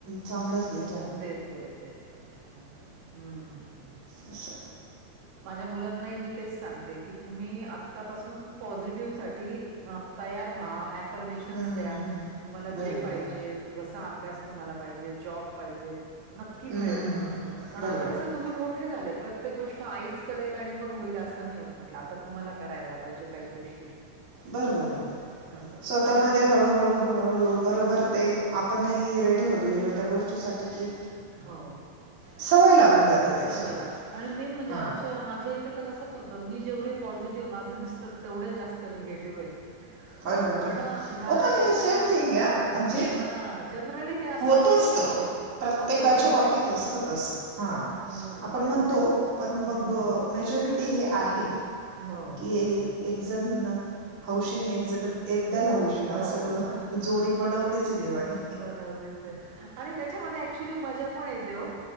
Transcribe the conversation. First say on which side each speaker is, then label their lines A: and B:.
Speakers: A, on the right; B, on the right.
A: चांगलाच देइल
B: देतोय, देतोय हम्म
A: अस
B: <unintelligible> माझ्या मुलांनाही मी तेच सांगते की तुम्ही आतापासून पॉझिटिव्ह साठी अ तयार व एप फर्मेशन
A: हम्म, हम्म,
B: द्या
A: हम्म. हम्म.
B: तुम्हाला
A: बरोबर
B: जे पाहिजे
A: बरोबर
B: जसा अभ्यास तुम्हाला पाहिजे जॉब पाहिजेल नक्की मिळेल
A: हम्म, हम्म, हम्म, हम्म.
B: पण
A: बरोबर
B: आता
A: हम्म,
B: कस तुम्ही मोठे झाले प्रत्येक गोष्ट आईच करेल आणि मग होईल असं मी होत म्हंटलं आता तुम्हांला करायला पाहिजे काही गोष्टी
A: बर, बर आहे
B: असं.
A: स्वतःमध्ये
B: माझ्या मे
A: हळू, हळू बरोबर ते आपणही रेडी होत गेलो त्या गोष्टीसाठी की
B: हो
A: सवय लागून जाते त्याची
B: सवय लागते आणि मेन म्हणजे
A: हां
B: आमच्या माझ्या इथ कस होत मी जेवढे पॉझिटिव्ह माझे मिस्टर तेवढे जास्त निगेटिव्ह आहेत
A: अरे बापरे
B: पण अ, ह्या
A: ओपण
B: याच्यामुळे
A: हे सेम थिंग या म्हणजे
B: हां, जनरली हे असं
A: होतच
B: असतंच
A: ते
B: अहो,
A: प्रत्येकाच्या
B: अपोझिट.
A: बाबतीत असत तस हा
B: हं,
A: आपण
B: त्याच्या
A: म्हणतो पण
B: हं.
A: मग मेजॉरिटी ही आहे
B: हो,
A: की
B: हो, हो.
A: एक जण हौश एकजड एकडल हौशी
B: हो.
A: असं जोडी बनवलीच देवानी
B: बनवलीच आणि त्याच्यामध्ये ऍक्च्युली मजा पण येते ओ